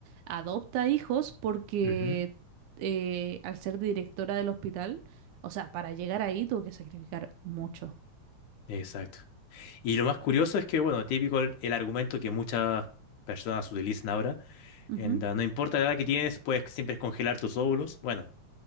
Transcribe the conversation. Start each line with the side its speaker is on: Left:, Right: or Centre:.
Right: adopta hijos porque
Left: Ujú,
Right: eh, al ser directora del hospital, o sea, para llegar ahí tuvo que sacrificar mucho.
Left: Exacto. Y lo más curioso es que, bueno, típico el, el argumento que muchas personas utilizan ahora,
Right: Ujú.
Left: en da- no importa la edad que tienes, puedes siempre congelar tus óvulos. Bueno,